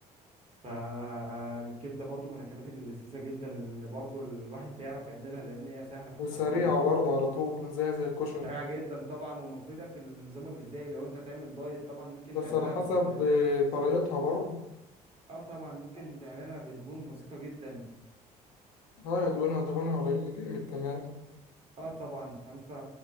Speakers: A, on the right (about 30°); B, on the left (about 65°).
A: فالكبدة برضو من الأكلات اللذيذة جدا اللي برضو الواحد بيعرف يعملها لأن هي سهلة في
B: وسريعه
A: التحضير
B: برضه على طول زي زي الكشري
A: سريعة جدا طبعا ومفيدة في النظام الغذائي لو أنت تعمل دايت طبعا ممكن
B: بس
A: تعملها
B: على حسب
A: ب
B: آه، طريقتها برضه
A: آه طبعا ممكن تعملها بدهون بسيطة جدا
B: اه دهونها دهونها قليله جامد كمان
A: اه طبعا فانت